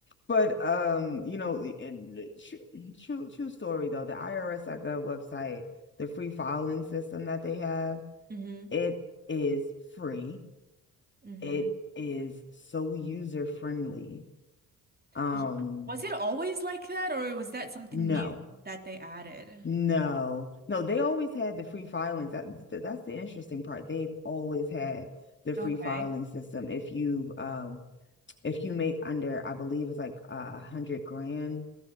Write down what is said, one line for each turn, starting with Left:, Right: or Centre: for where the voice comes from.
Left: but um, you know, and the true, true true story though, the IRS.gov website, the free filing system that they have,
Right: hmm
Left: it is free.
Right: hmm
Left: It is so user friendly. Um,
Right: Yeah. Was it always like that, or was that something
Left: no.
Right: new that they added?
Left: No. No, they always had the free filings. That th- that's the interesting part. They've always had the free
Right: Okay.
Left: filing system. If you um if you make under, I believe it's like a hundred grand